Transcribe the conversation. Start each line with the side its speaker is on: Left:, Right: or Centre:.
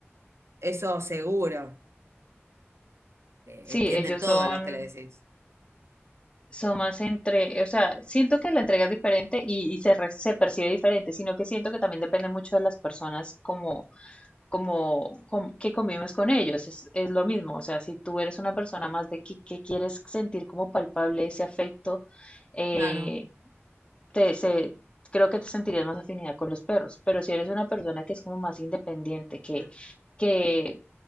Right: Eso seguro, eh,
Left: Sí,
Right: entienden
Left: ellos
Right: todos
Left: son...
Right: los que le decís.
Left: son más entre, o sea, siento que la entrega es diferente y, y se, re- se percibe diferente, sino que siento que también depende mucho de las personas como, como, com- que convives con ellos, es, es lo mismo, o sea, si tú eres una persona más de que, que quieres sentir como palpable ese afecto, eh,
Right: Claro,
Left: te, se, creo que te sentirías más afinidad con los perros, pero si eres una persona que es como más independiente, que, que